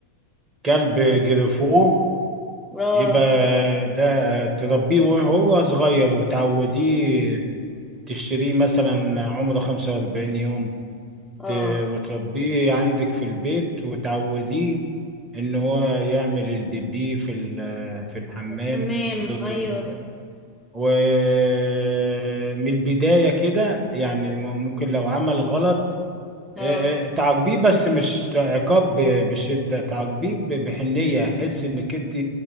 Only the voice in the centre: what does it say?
اه
اه
حمام
ايوه
اه